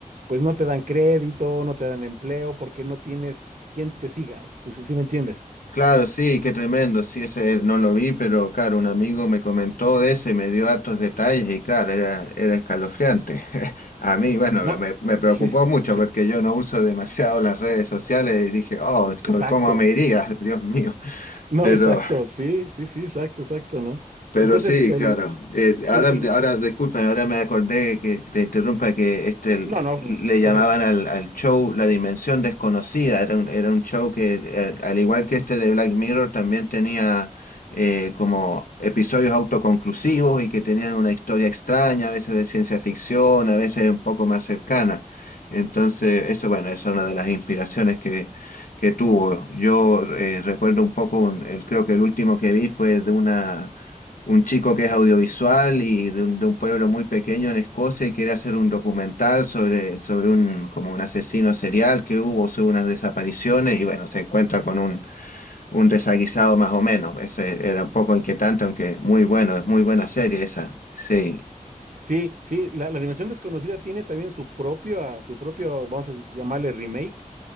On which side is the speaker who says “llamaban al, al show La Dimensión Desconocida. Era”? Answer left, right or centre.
Left